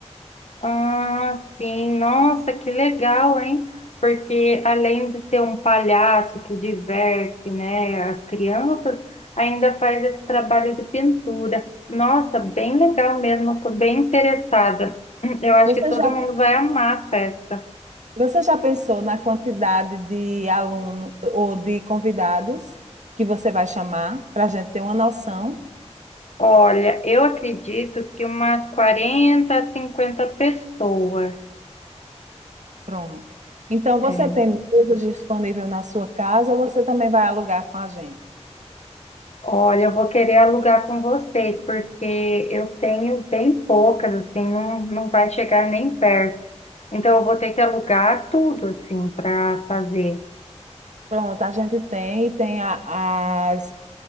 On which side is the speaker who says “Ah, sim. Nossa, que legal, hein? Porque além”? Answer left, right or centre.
Left